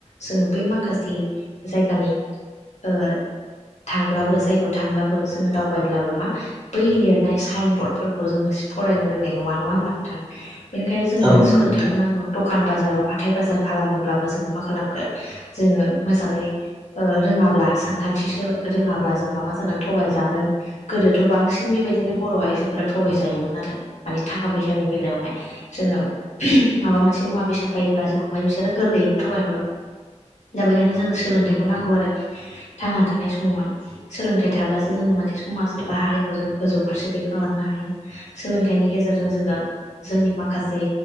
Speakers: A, on the left; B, on the right.
A: जोंङो बै माखासे जायगानि ओ- थांब्लाबो जायगायाव थांब्लाबो जोंङो दावबायब्लाबो मा बै लिरनाय साइन बरर्डफोरखौ जोङो फरायनो रोंनाय नंङा नंङा होमबा नोंथां? बेनिखायनो जोंनो
B: औ नंगौ
A: सोलोंथाइखौ
B: नोंथां
A: नांगौ दखान बाजाराव हाथाय बाजार खालामोब्लाबो जोंङो मा खालामगोन? जोंङो मोजांङै ओ-रोङाब्ला सानखान्थिसो रोङाब्ला जोंहा मा जागोन थगायजागोन। गोदोथ' बांसिन बेबायदिनो बर' आइजोफोरा थगायजायोमोन आरो मानि थाखा फैसानि बेलायावहाय। जोङो माबा मोनसे मुवा बेसाद बायोब्ला जोंखौहाय बिसोरो गोरलैयैनो थगाय हरोमोन। दा बेखायनो जोंनो सोलोंथाइखौ नांगौ आरो थांना थानाय समावहाय। सोलोंथाइ थाब्लासो जोङो मोनसे समाज एबा हारिखौ जों गोजौ फारसे दैखांलांनो हायो। सोलोंथाइनि गेजेरजों जोङो। जोंनि माखासे